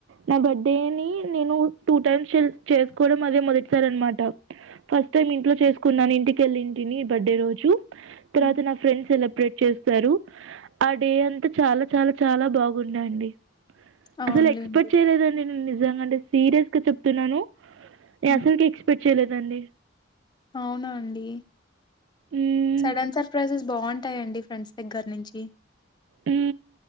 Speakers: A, on the right; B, on the left.
A: నా బర్డేని నేను టూ టైమ్స్ చేసుకోవడం అదే మొదటిసారి అన్నమాట ఫస్ట్ టైమ్ ఇంట్లో చేసుకున్నాను ఇంటికెళ్ళింటిని బర్డే రోజు తర్వాత
B: హ్మ్.
A: నా ఫ్రెండ్స్ సెల బ్రేట్ చేస్తారు ఆ డే అంతా చాల చాల చాలా బాగుండే అండి
B: అవునులేండి.
A: అసలు ఎక్స్పెక్ట్ చేయలేదండి నేను నిజంగా అంటే సీరియస్ గా చెప్తున్నాను నే
B: హ్మ్.
A: అసల్కే ఎక్స్పెక్ట్ చేయలేదండి
B: అవునా అండి?
A: మ్మ్
B: సడన్ సర్ప్రైజెస్ బావుంటాయండి ఫ్రెండ్స్ దగ్గర నుంచి
A: ఉ